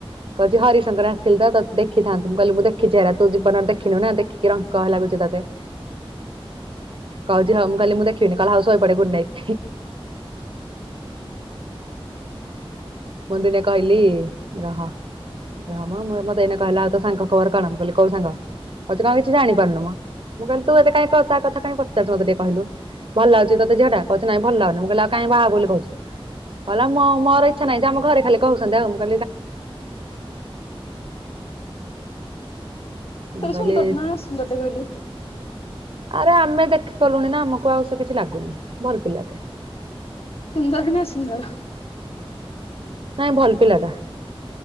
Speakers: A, on the right; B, on the left.
A: କହୁଛି ହରିଶଙ୍କର ଆସିଥିଲି ତ ଦେଖିଥାନ୍ତୁ। ମୁଁ କହିଲି ମୁଁ ଦେଖିଛି ହେରା, ତୁ ଜୀବନରେ ଦେଖିନୁ ନା ଦେଖିକି ରଙ୍କ ହେ ଲାଗୁଛି ତ <inaudible> କହୁଛି ହଉ ମୁଁ କହିଲି ମୁଁ ଦେଖିବିନି। କହିଲା ହଉ ଶୋଇପଡ଼ ଗୁଡ ନାଇଟ୍। ମୁଁ ଦିନେ କହିଲି ରହ ରହମ ମ-ମତେ ଏଇନେ କହିଲା ତୋ ସାଙ୍ଗ ଖବର କଣ? ମୁଁ କହିଲି କଉ ସାଙ୍ଗ? କହୁଚି କଣ କିଛି ଜାଣିପାରୁନୁ ମ। ମୁଁ କହିଲି ତୁ ଏତେ କାଇଁ କଥା କଥା କାଇଁ ପଚାରୁଚୁ ମତେ ଟିକେ କହିଲୁ ‌। ଭଲ ଲାଗୁଚି କି ତତେ ଝିଅଟା? କହୁଛି ନାଇଁ ଭଲ ଲାଗୁନି। ମୁଁ କହିଲି ଆ କାଇଁ ବାହା ହବୁ ବୋଲି କହୁଛୁ। କହିଲା ମ-ମର ଇ !!!!!!!!!!!!!!!!
B: ସତରେ
A: କହିଲି
B: ସୁନ୍ଦର ଟେ ନା ଅସୁନ୍ଦର ଟେ କହିଲୁ।
A: ଆରେ ଆମେ ଦେଖି ଗଲୁଣି ନା ଆମକୁ ଆଉ ସେ କିଛି ଲାଗୁନି। ଭଲ ପିଲାଟେ।
B: ସୁନ୍ଦର ନା ଅସୁନ୍ଦର?
A: ନାଇଁ ଭଲ ପିଲା ଟା।